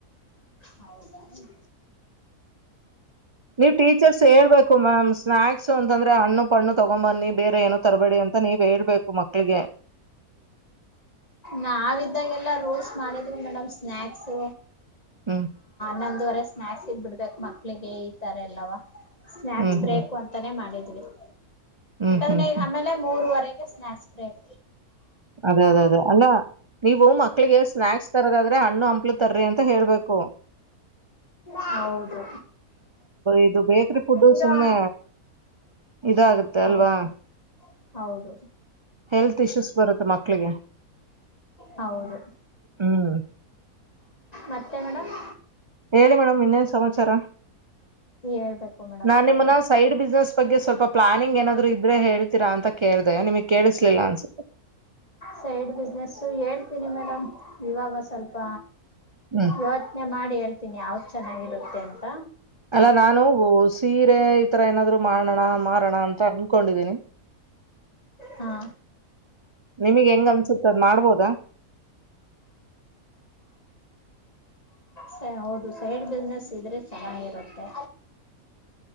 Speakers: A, on the left; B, on the right.
A: ಹೌದಾ ಹಾಗ
B: ನೀವ್ ಟೀಚರ್ಸ್ ಹೇಳ್ಬೇಕು ಮ್ಯಾಮ್ ಸ್ನಾಯಕ್ಸ್ ಅಂತಂದ್ರೆ ಹಣ್ಣು ಪಣ್ಣು ತಗೊಂಡ್ ಬನ್ನಿ ಬೇರೆ ಏನು ತರಬೇಡಿ ಅಂತ ನೀವ್ ಹೇಳ್ಬೇಕು ಮಕ್ಳಿಗೆ.
A: ನಾವಿದ್ದಾಗೆಲ್ಲ ರೋ. ಮಾಡಿದ್ವಿ ಮೇಡಮ್ ಸ್ನಾಯಕ್ಸ್ಆ
B: ಹ್ಮ್
A: ನಂದವರೆ. ಸ್ನಾಕ್ಸ್ ಬಿಡ್ಬೇಕ ಮಕ್ಳಿಗೆ ಈತರ ಅಲ್ಲವಾ ಸ್ನಾಯಕ್ಸ್
B: ಹ್ಮ್
A: ಬ್ರೇಕ
B: ಹ್ಮ್
A: ಅಂತಾನೇ ಮಾಡಿದ್. ಇ <inaudible>
B: ಹ್ಮ್ ಹ್ಮ್
A: ದಿನೈ
B: ಹ್ಮ್
A: ಆಮೇಲೆ ಮೂರುವರೆಗೆ ಸ್ನಾಯಾಕ್ಸ್ ಬ್ರೇಕ.
B: ಅದ ಅದ ಅದೇ ಅಲ್ಲ ನೀವು ಮಕ್ಳಿಗೆ ಸ್ನಾಕ್ಸ್ ತರದಾದ್ರೆ ಹಣ್ಣು ಹಂಪ್ಲು ತರ್ರಿ ಅಂತ ಹೇಳ್ಬೇಕು ಹ.
A: ಹೌದು.
B: ಇದು ಬೇಕ್ರಿ ಫುಡ್ಡು
A: ಇರೋ
B: ಸುಮ್ನೆ ಇದಾಗತ್ತೆ
A: ಹೌದು
B: ಅಲ್ವಾ.
A: ಹೌದು
B: ಹೆಲ್ತ್ ಇಶ್ಯೂಸ್ ಬರುತ್ತೆ ಮಕ್ಳಿಗೆ
A: ಹೌದು
B: ಹ್ಮ್
A: ಮತ್ತೆ ಮೇಡಮ್
B: ಹೇಳಿ ಮೇಡಮ್ ಇನ್ನೇನ್ ಸಮಾಚಾರ
A: ಹೇಳ್ಬೇಕು ಮೇಡಮ್
B: ನಾನ
A: ನೀವೇ.
B: ಮನ್ನ ಸೈಡ್ ಬಿಜನೆಸ್ ಬಗ್ಗೆ ಸ್ವಲ್ಪ ಪ್ಲಾನಿಂಗ್ ಏನಾದ್ರು ಇದ್ರೆ ಹೇಳ್ರಾ ಅಂತ ಕೇಳಿದೆ ನಿಮಗ್ ಕೇಳಿಸ್ಲಿಲ್ಲ ಅನ್ಸುತ್ತೆ
A: ಸೈಡ್ ಬಿಸ್ನೆಸ್ಸು ಹೇಳ್ತೀನಿ ಮೇಡಮ್ ಇವಾಗ ಸ್ವಲ್ಪ
B: ಹ್ಮ್
A: ಯೋಚನೆ ಮಾಡಿ ಎಲ್ ತಿನಿ ಯಾವ್ದು ಚೆನ್ನಾಗಿರುತ್ತೆ ಅಂತ
B: ಅಲ್ಲ ನಾನು ಸೀರೆ ಈತರ ಏನಾದ್ರು ಮಾಡೋಣ ಮಾರೋಣ ಅಂತ ಅನ್ಕೊಂಡಿದೀನಿ
A: ಹಾ
B: ನಿಮಗ್ ಹೆಂಗ್ ಅನ್ಸುತ್ತ ಅದ್ ಮಾಡ್ಬೋದಾ
A: ಸ ಹೌದು ಸೈಡ್ ಬಿಸ್ನೆಸ್ ಇದ್ರೆ ಚೆನ್ನಾಗಿರುತ್ತೆ